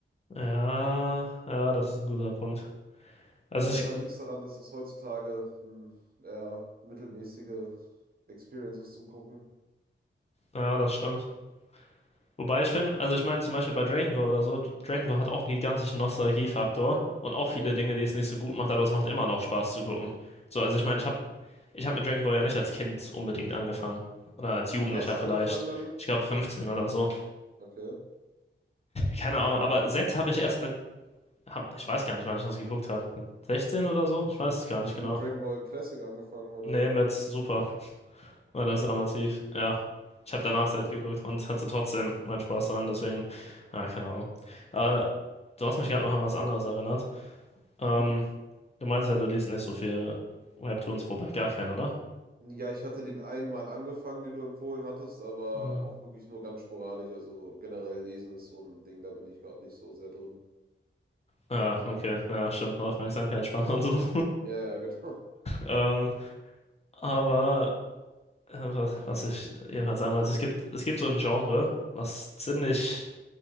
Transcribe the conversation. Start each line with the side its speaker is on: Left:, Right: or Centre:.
Left: Ja, ja, das ist ein guter Punkt. Also
Right: Aber ändert
Left: ich,
Right: halt nichts daran, dass es heutzutage eine eher mittelmäßige Experience ist zum Gucken.
Left: Ja, das stimmt. Wobei ich finde, also ich meine zum Beispiel bei Dragon Ball oder so, Dragon Ball hat auch einen gigantischen Nostalgiefaktor und auch
Right: Ja.
Left: viele Dinge, die es nicht so gut macht, aber es macht immer noch Spaß zu gucken. So, also ich meine, ich habe ich hab mit Dragon Ball ja nicht als Kind unbedingt angefangen. Oder als
Right: Wann
Left: Jugendlicher
Right: hast du
Left: vielleicht.
Right: angefangen damit?
Left: Ich glaube 15 oder so.
Right: Okay.
Left: Keine Ahnung, aber Z habe ich erst mit, hab, ich weiß gar nicht, wann ich das geguckt habe. Mit 16 oder so? Ich weiß es gar
Right: Hast
Left: nicht genau.
Right: du mit Dragon Ball Classic angefangen oder?
Left: Nee, mit Super. War das
Right: Hä?
Left: damals lief, ja. Ich habe danach
Right: Ja,
Left: Set
Right: okay.
Left: geguckt und hatte trotzdem meinen Spaß daran, deswegen, ah, keine Ahnung. Aber du hast mich gerade noch an was anderes erinnert. Ähm,
Right: Mhm.
Left: du meinst ja, du liest nicht so viel Webtoons, wobei gar keinen, oder?
Right: Ja, ich hatte den einen mal angefangen, den du empfohlen hattest, aber
Left: Ja.
Right: auch wirklich nur ganz sporadisch. Also generell lesen ist so ein Ding, da bin ich gerade nicht so sehr drin.
Left: Ja, okay, ja, stimmt, Aufmerksamkeitsspanne und so. <laughs>
Right: Ja, ja, genau. <laughs>
Left: Ähm, aber äh, was, was ich jedenfalls sagen wollte, es gibt, es gibt so ein Genre, was ziemlich